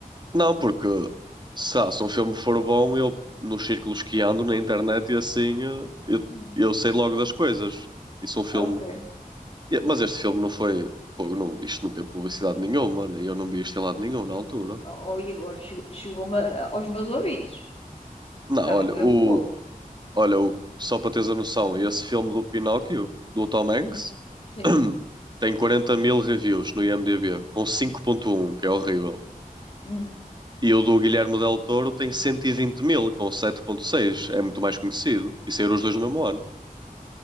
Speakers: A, on the right (about 30°); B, on the left (about 40°).
A: Não, porque se, ah, se um filme for bom, eu nos círculos que ando na internet e assim, eh, eu,
B: Hum.
A: eu sei logo das coisas. E se um filme
B: Ah, ok.
A: E- Mas este filme não foi. Pô, não, isto não teve publicidade nenhuma, mano. e Eu não vi isto em lado nenhum na altura.
B: Oh, oh, e agora chegou- chegou-me a- aos meus ouvidos.
A: Não,
B: Já
A: olha,
B: não me
A: o,
B: lembro como.
A: olha o, só para teres a noção, esse filme do Pinóquio, do Tom Hanks,
B: Hum. Sim.
A: <clears throat> tem quarenta mil reviews no IMDb, com cinco vírgula um que é horrível.
B: Hum.
A: E o do Guilherme Del Toro tem cento e vinte mil, com sete vírgula seis É muito mais conhecido. E saíram os dois no mesmo ano.